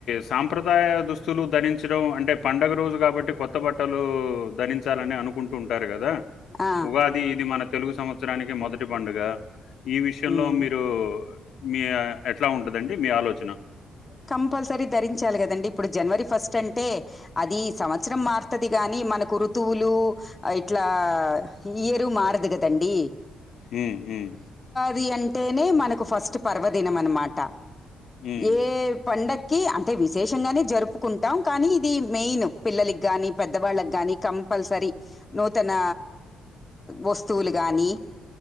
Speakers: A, on the left; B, on the left.
A: సాంప్రదాయ దుస్తులు ధరించడం అంటే పండుగ రోజు కాబట్టి కొత్త బట్టలు ధరించాలని అనుకుంటూ ఉంటారు కదా.
B: ఆ,
A: ఉగాది ఇది మనక్. తెలుగు సంవత్సరానికి మొదటి పండుగ. ఈ విషయంలో
B: ఉమ్.
A: మీరు. మీ ఎట్లా ఉంటదండి మీ ఆలోచన.
B: కంపల్సరీ ధరించాలి కదండి ఇప్పుడు జనవరి ఫస్ట్. తంటే అది సంవత్సరం మారుతది గాని మనకు ఋతువులు ఇట్లా ఈయరు మారదు కదండి.
A: హుమ్మ్ హుమ్మ్.
B: ది అంటేనే మనకు ఫస్ట్ పర్వదినం అన్నమాట.
A: హ్మ్.
B: ఏ పండక్. కి అంటే విశేషంగానీ. జరుపుకుంటాం కానీ ఇది మెయిన్ పిల్లలకి గానీ పెద్దవాళ్ళకి గానీ కంపల్సరీ నూతన వస్తువులు కానీ